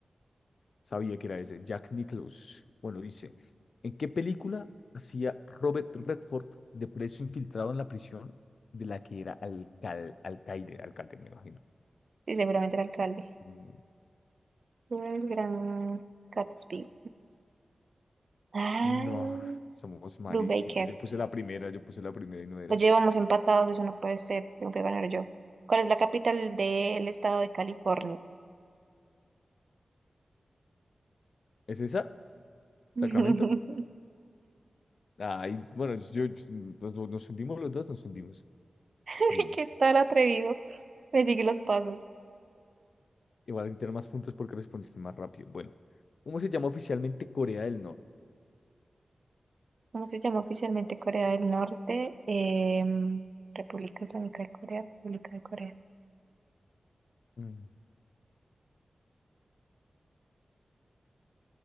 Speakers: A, on the left (about 75°); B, on the right (about 60°).
A: sabía que era ese. Jack Nicklaus. Bueno, dice, ¿en qué película hacía Robert Redford de preso infiltrado en la prisión de la que era alcal alcaide, alcalde, me imagino?
B: sí, seguramente el alcalde.
A: Mm,
B: El gran Gatsby. Ay,
A: No, somos malísimos.
B: Blue Baker.
A: Yo puse la primera, yo puse la primera y no era.
B: Oye, vamos empatados, eso no puede ser, tengo que ganar yo. ¿Cuál es la capital del estado de California?
A: ¿Es esa?
B: <laughs>
A: ¿Sacramento? Ay, bueno, yo, yo- nos, nos hundimos los dos, nos hundimos.
B: <laughs>
A: Bien.
B: ¿Qué tal atrevido? Me sigue los pasos.
A: Igual tener más puntos porque respondiste más rápido. Bueno, ¿cómo se llama oficialmente Corea del Norte?
B: ¿Cómo se llama oficialmente Corea del Norte? Em, República Islámica de Corea, República de Corea.
A: Mm,